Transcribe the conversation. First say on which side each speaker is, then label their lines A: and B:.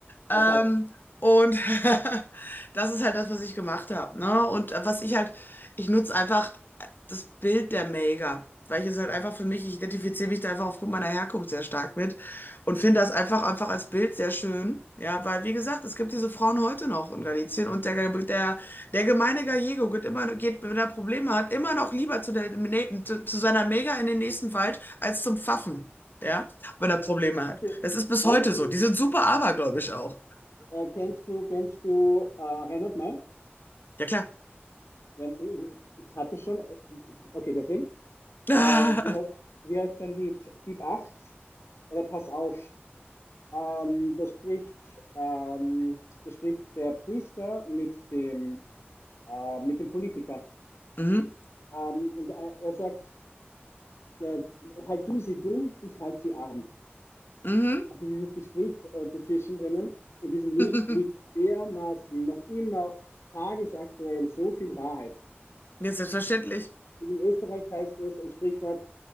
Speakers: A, on the left; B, on the left.
A: Ähm,
B: High five.
A: und <laughs> das ist halt das, was ich gemacht habe. Ne? Und äh, was ich halt, ich nutze einfach äh, das Bild der Mega weil ich es halt einfach für mich, ich identifiziere mich da einfach aufgrund meiner Herkunft sehr stark mit und finde das einfach, einfach als Bild sehr schön. Ja, weil wie gesagt, es gibt diese Frauen heute noch in Galicien und der, der, der gemeine Gallego geht immer, geht, wenn er Probleme hat, immer noch lieber zu, der, zu, zu seiner Mega in den nächsten Wald als zum Pfaffen. Ja wenn er Probleme hat.
B: Okay.
A: Das ist bis
B: Weißt
A: heute
B: du,
A: so. Die sind super abergläubisch auch.
B: äh, kennst du, kennst du äh, Reinhard May?
A: Ja, klar.
B: Ja, äh, ich hatte schon, äh, okay, deswegen.
A: <laughs>
B: Äh,
A: Ah,
B: wie, heißt- wie heißt sein Lied? Gib acht oder pass auf. Ähm, da spricht, ähm, da spricht der Priester mit dem, äh, mit dem Politiker.
A: Mhm.
B: Ähm, und äh, er sagt, der, halt du sie dumm, ich halt sie arm.
A: Mhm.
B: Also dieses Gespräch äh, dazwischen drinnen, in diesem Lied
A: <laughs>
B: liegt dermaßen noch immer tagesaktuell so viel Wahrheit.
A: Ja, selbstverständlich.
B: Und in Österreich heißt es ein Sprichwort,